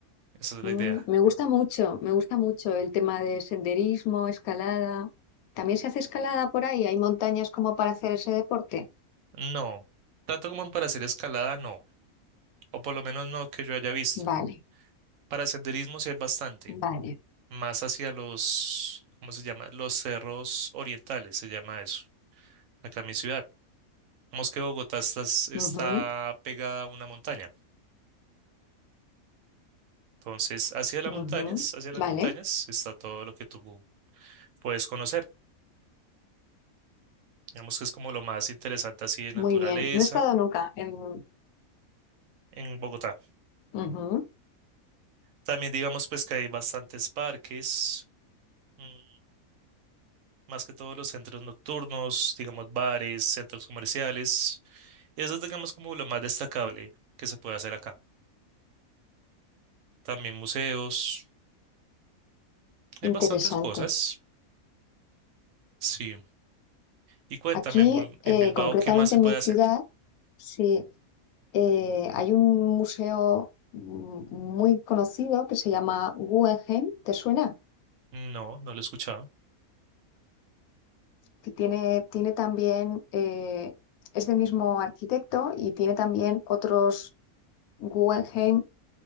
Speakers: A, on the right; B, on the left.
A: esa es
B: Mm,
A: la idea.
B: Me gusta mucho, me gusta mucho el tema de senderismo, escalada. ¿También se hace escalada por ahí? ¿Hay montañas como para hacer ese deporte?
A: No, tanto como para hacer escalada, no, o por lo menos no que yo haya visto.
B: Vale,
A: Para senderismo sí hay bastante,
B: vale.
A: más hacia los, ¿cómo se llama? Los cerros orientales, se llama eso, acá en mi ciudad. Como es que Bogotá está, está
B: Ujú,
A: pegada a una montaña, entonces hacia las
B: ujú.
A: montañas, hacia las
B: Vale.
A: montañas está todo lo que tú puedes conocer. Digamos que es como lo más interesante así de naturaleza
B: Muy bien, no he estado nunca en...
A: en Bogotá.
B: Ujú,
A: También digamos pues que hay bastantes parques. mm, más que todos los centros nocturnos, digamos bares, centros comerciales. Eso es, digamos, como lo más destacable que se puede hacer acá. También museos, hay bastantes
B: Interesante.
A: cosas, sí. Y cuéntame,
B: Aquí,
A: en, Bul-
B: eh,
A: en Bilbao,
B: concretamente
A: ¿qué más se
B: en
A: puede
B: mi
A: hacer?
B: ciudad, sí, eh, hay un museo mm, muy conocido que se llama Guggenheim, ¿te suena?
A: No, no lo he escuchado.
B: Que tiene, tiene también, eh, es del mismo arquitecto y tiene también otros Guggenheim,